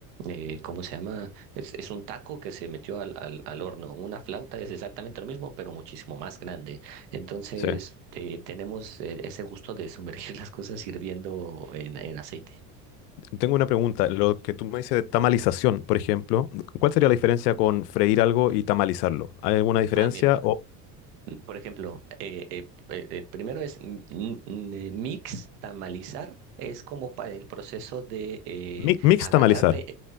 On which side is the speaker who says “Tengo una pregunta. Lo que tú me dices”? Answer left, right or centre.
Left